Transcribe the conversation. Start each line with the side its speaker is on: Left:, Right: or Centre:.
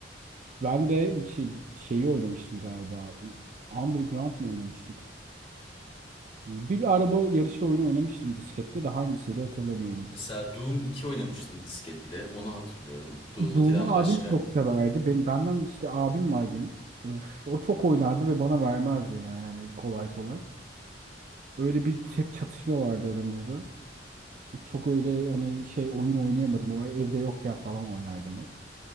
Right: Ben de şey, şeyi oynamıştım galiba. Underground mı oynamıştık? Bir, bir araba yarışı oyunu oynamıştım diskette de hangisiydi hatırlamıyorum.
Left: Mesela Doom iki oynamıştım disketle. Onu hatırlıyorum. Doom
Right: Doom'u
Left: iki'den
Right: abim
Left: başka.
Right: çok severdi. Ben, benden işte abim var benim. Öf, o çok oynardı ve bana vermezdi yani hani kolay kolay. Öyle bir hep çatışma vardı aramızda. Çok öyle hani şey oyun oynayamadım ama evde yokken falan oynardım hep.